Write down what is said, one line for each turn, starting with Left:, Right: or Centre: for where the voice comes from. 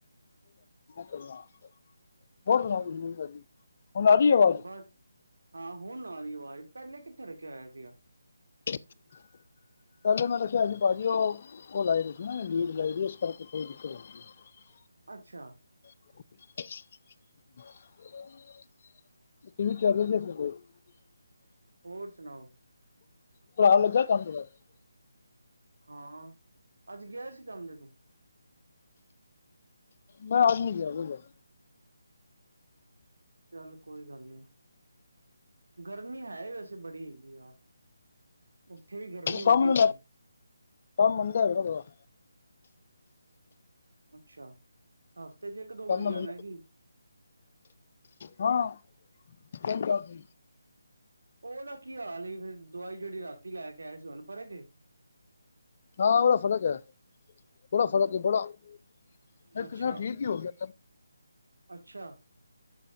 Left: ਕਰ <unintelligible> ਬਹੁਤ ਵਾਜ <unintelligible> ਕਰਦੀ ਹੁਣ ਆ ਰਈ ਏ ਵਾਜ।
Right: ਬਸ ਹਾਂ ਹੁਣ ਆ ਰਈ ਆਵਾਜ਼, ਪਹਿਲੇ ਕਿੱਥੇ ਰੱਖਿਆ ਹੋਇਆ ਸੀਆ?
Left: <inaudible> ਪਹਿਲੇ ਮੈਂ ਰਖਿਆ ਸੀ ਭਾਜੀ ਉਹ, ਉਹ ਲਾਈ ਦੀ ਸੀ ਨਾ ਲੀਡ ਲਾਈ ਸੀ, ਇਸ ਕਰਕੇ ਕੋਈ ਦਿੱਕਤ <inaudible>
Right: ਅੱਛਾ।
Left: <inaudible> <unintelligible>
Right: ਹੋਰ ਸੁਣਾਓ?
Left: ਭਰਾ ਲੱਗਾ ਕੰਮ <unintelligible>
Right: ਹਾਂ ਅਜ ਗਿਆ ਸੀ ਕੰਮ ਦੇ ਤੂੰ
Left: ਬਾ ਆਜ ਨੀ ਗਿਆ ਵੇਲਾ।
Right: ਚਲ ਕੋਈ ਗੱਲ ਨੀ ਗਰਮੀ ਹੈ ਈ ਵੈਸੇ ਬੜੀ ਹੈਗੀ ਯਾਰ ਉਥੇ ਵੀ ਗਰਮੀ
Left: ਉਹ
Right: ਹੁੰਦੀ
Left: ਕੰਮ ਨੂੰ
Right: ਹੋਣੀ
Left: ਲੈ ਕੰਮ ਮੰਨਦਾ ਹੈਗਾ ਨ ਬੜਾ
Right: ਅੱਛਾ ਹਫਤੇ ਚ ਇਕ ਦੋ
Left: ਕੰਮ
Right: ਵਾਰੀ
Left: ਨਾ
Right: ਜਾਣਾ
Left: ਮੰਦਾ
Right: ਕੀ
Left: ਹਾਂ ਹੁਣ ਦਸ
Right: ਉਹ ਤਾਂ ਕੀ ਹਾਲ ਸੀ ਫਿਰ ਦਵਾਈ ਜਿਹੜੀ ਰਾਤੀ ਲੈ ਕੇ ਆਏ ਸੀ ਉਹਨੂੰ ਫਰਕ
Left: ਹਾਂ ਬੜਾ ਫ਼ਰਕ ਹੈ। ਬੜਾ ਫ਼ਰਕ ਹੈ। ਬੜਾ- ਆ ਇਕ
Right: ਅੱਛਾ
Left: ਸਭ ਠੀਕ ਹੋ ਗਿਆ
Right: ਅੱਛਾ